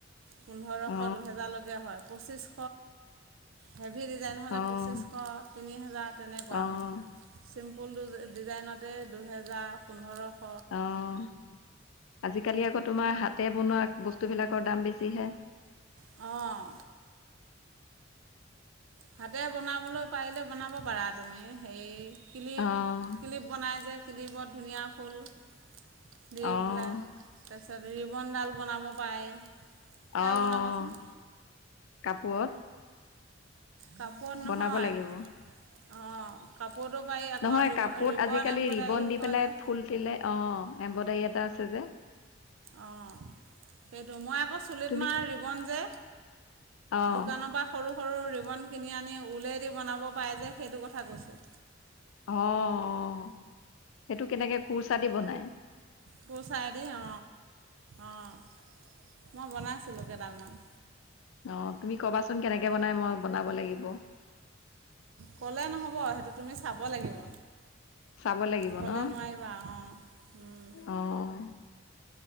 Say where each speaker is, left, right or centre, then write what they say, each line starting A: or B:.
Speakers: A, on the right; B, on the left.
A: পোন্ধৰশ
B: অ',
A: দুহেজাৰলৈকে হয় পঁচিশ। হেভি ডিজাইন হ'লে
B: অ',
A: পঁচিছশ। তিনি হেজাৰ তেনেকুৱা
B: অ',
A: হয়, চিম্পুল ড ডিজাইনতে দুহেজাৰ পোন্ধৰ।
B: অ' আজিকালি আকৌ তোমাৰ হাত। তাতে বনোৱা বস্তুবিলাকৰ দাম বেছি হে।
A: অ' হাতে বনাবলৈ পাৰিলে বনাব পাৰা তুমি হেৰি ক্লিপ
B: অ',
A: ক্লিপ বনাই যে। ক্লিপ অত ধুনীয়া ফুল দি
B: অ',
A: পেলাই তাৰ পিছত ৰি বন ডাল বনাব পাৰে, সেইবোৰ
B: অ',
A: বনাবাচোন।
B: কাপোৰত
A: কাপোৰত নহয়।
B: বনাব লাগিব।
A: অঁ কাপোৰটো পাৰি আকৌ
B: নহয়।
A: ৰিব
B: কাপোৰত
A: ৰিবন
B: আজিকালি
A: এম্ব্ৰইডাৰী
B: ৰিবন দি
A: কয়
B: পেলাই
A: যে
B: ফুল দিলে। অ'! এম্বইদেৰী এটা আছে যে।
A: অ'! সেইটো, মই আকৌ চুলিত
B: তুমি
A: মাৰা ৰিবন যে
B: অ',
A: দোকানৰ পৰা সৰু, সৰু ৰিবন কিনি আনি উলে দি বনাব পাৰে যে সেইটো কথা কৈছোঁ।
B: অ', অ', সেইটো কেনেকে? কুৰ্চা দি বনাই।
A: কুৰ্চা দি অ'! অ'! মই বনাইছিলোঁ। কেইডালমান।
B: অ'! তুমি কবাচোন কেনেকে বনাই, মই বনাব লাগিব।
A: ক'লে নহ'ব, সেইটো তুমি চাব লাগিব।
B: চাব লাগিব
A: ক'লে
B: ন'?
A: নোৱাৰিবা অঁ উম
B: অ'!